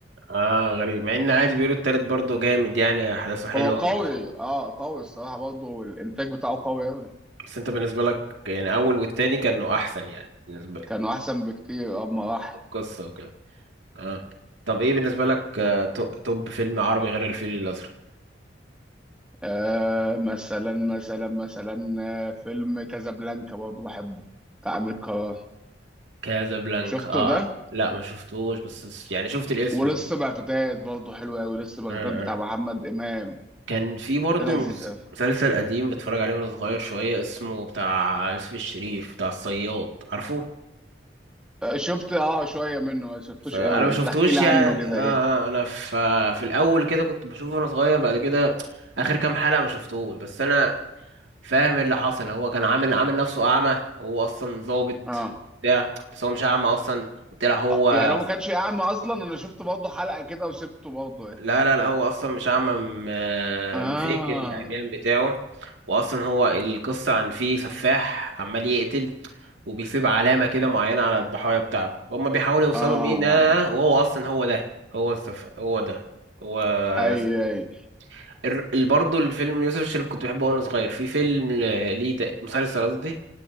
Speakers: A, on the right; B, in the centre.
A: اه غريب مع ان عادي بيقولوا التالت برضه جامد يعني احداثه حلوة
B: هو قوي
A: ومصروعة
B: اه قوي الصراحة برضه والانتاج بتاعه قوي قوي
A: بس انت بالنسبة لك يعني اول والتاني كانوا احسن يعني بالنسبة لك
B: كانوا احسن بكتير اما راح
A: القصة وكده اه طب ايه بالنسبة لك آه، تو- توب فيلم عربي غير الفيل الأزرق
B: آه مثلا مثلا مثلا آه، فيلم كازابلانكا برضه بحبه بتاع أمير كرارة
A: كازابلانكا
B: شفته
A: اه
B: ده
A: لا ما شفتوش بس س- يعني شفت الاسم
B: ولسه
A: آه
B: بغداد برضه حلو قوي لسه بغداد
A: آه.
B: بتاع محمد إمام
A: كان في برضه
B: ده لذيذ
A: مس-
B: قوي
A: مسلسل قديم بتفرج عليه وانا صغير شوية اسمه بتاع يوسف الشريف بتاع الصياد عارفه
B: آه شفت اه شوية منه ما شفتوش
A: ف- انا
B: قوي
A: ما شفتوش
B: انت احكي لي
A: يعني
B: عنه كده
A: آه
B: ايه
A: آه، انا في في الاول كده كنت بشوفه وانا صغير بعد كده اخر كام حلقة ما شفتوش بس انا فاهم ايه اللي حصل هو كان عامل عامل نفسه اعمى هو اصلا ظابط
B: اه
A: بتاع بس هو مش اعمى اصلا طلع هو
B: آه، يعني هو ما كانش يعمى اصلا انا شفت برضه حلقة كده وسبته برضه يعني
A: لا لا لا هو اصلا مش اعمى م-
B: اه
A: مفيك العميان بتاعه واصلا هو القصه عن فيه سفاح عمال يقتل وبيسيب علامه كده معينه على الضحايا بتاعه هما بيحاولوا يوصلوا
B: اه
A: مين آه، وهو اصلا هو ده هو السف هو ده هو
B: اي
A: السف-
B: اي
A: الر- ال- برضه الفيلم يوسف الشريف كنت بحبه وانا صغير في فيلم ل- ليه تق- مسلسل قصدي